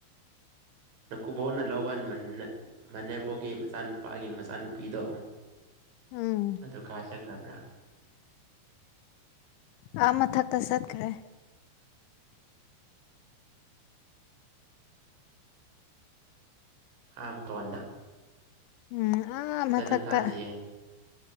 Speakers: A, on the right; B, on the left.
A: ꯅꯀꯨꯕ‌ꯣꯛꯅ ꯂꯧꯕ ꯃꯅꯦ ꯃꯅꯦꯝꯕꯣꯛꯒꯤ ꯃꯆꯥꯅꯨꯄꯥꯒꯤ ꯃꯆꯥꯅꯨꯄꯤꯗꯣ
B: ꯎꯝ
A: ꯑꯗꯣ ꯀꯥꯏ ꯆꯠꯈ꯭ꯔꯥꯕ꯭ꯔꯥ
B: ꯑꯥ ꯃꯊꯛꯇꯥ ꯆꯠꯈ꯭ꯔꯦ
A: <unintelligible>
B: ꯎꯝ ꯑꯥ
A: ꯐꯖꯅ
B: ꯃꯥꯊꯛꯇ
A: ꯇꯥꯗꯤꯌꯦ